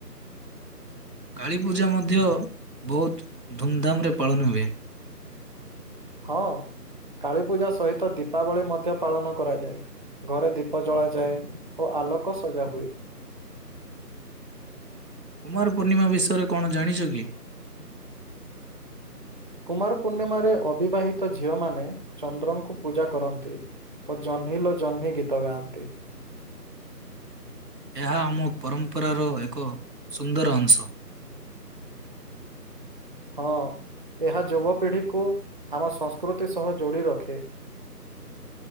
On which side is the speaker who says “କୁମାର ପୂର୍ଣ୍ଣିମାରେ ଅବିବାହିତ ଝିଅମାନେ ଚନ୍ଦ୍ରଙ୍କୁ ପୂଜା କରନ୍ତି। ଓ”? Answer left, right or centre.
Right